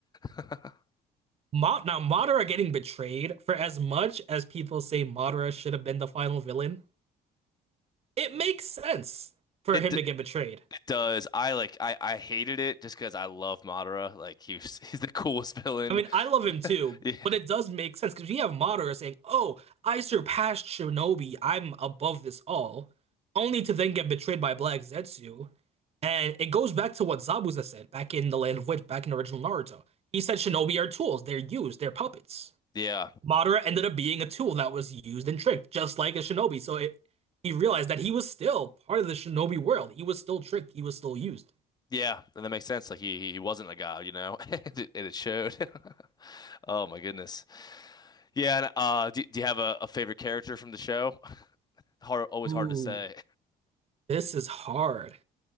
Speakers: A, on the left (about 25°); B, on the right (about 35°).
A: <laughs>
B: Ma now Madara getting betrayed for as much as people say Madara should have been the final villain, it makes sense for
A: It,
B: him
A: d
B: to get betrayed.
A: it does. I like. I I hated it just because I love Madara. Like he was, <laughs> he's the coolest villain.
B: I mean, I love him too,
A: <laughs> Yeah,
B: but it does make sense because we have Madara saying, "Oh, I surpassed Shinobi. I'm above this all," only to then get betrayed by Black Zetsu. And it goes back to what Zabuza said back in the Land of Witch, back in original Naruto. He said Shinobi are tools. They're used. They're puppets.
A: yeah.
B: Madara ended up being a tool that was used and tricked, just like a shinobi. So it, he realized that he was still part of the shinobi world. He was still tricked. He was still used.
A: Yeah, and that makes sense. Like he he wasn't a guy, you know, <laughs> and it, and it showed. <laughs> Oh my goodness. Yeah, and uh, do, do you have a, a favorite character from the show? <laughs> Hard, always
B: Ooh,
A: hard to say.
B: this is hard.